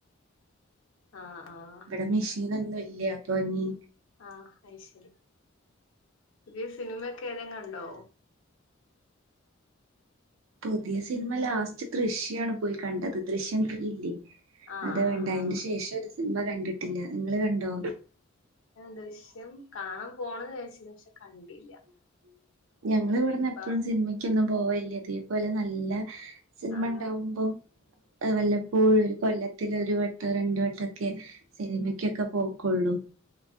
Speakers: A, on the left; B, on the right.
A: ആഹ് ആഹ്
B: ഇവടെ മിഷീനൊന്നും ഇല്ല അപ്പൊ ഇനി
A: ആഹ് അയ് ശരി പുതിയ സിനിമയൊക്കെ ഏതേം കണ്ടോ
B: പുതിയ സിനിമ ലാസ്റ്റ് ദൃശ്യാണ് പോയി കണ്ടത് ദൃശ്യം ത്രീ ഇല്ലേ
A: ആഹ്
B: അതാ കണ്ടേ
A: ആഹ്
B: അയിന്
A: ആഹ്
B: ശേഷം ഒരു സിനിമ കണ്ടിട്ടില്ല നിങ്ങള് കണ്ടോ
A: ആഹ് ദൃശ്യം കാണാൻ പോണംന്ന് വിചാരിച്ചീന്ന് പക്ഷെ കണ്ടില്ല
B: ഞങ്ങളിവിടന്ന്
A: ഇനിയിപ്പ
B: എപ്പോഴും സിനിമക്കൊന്നും പോവലില്ല ഇതേപോലെ നല്ല സിനിമ
A: ആഹ്
B: ഉണ്ടാവുമ്പോ ആഹ് വല്ലപ്പോഴും കൊല്ലത്തിലൊരു വട്ടോ രണ്ട് വട്ടൊക്കെ സിനിമക്കൊക്കെ പോക്കൊള്ളൂ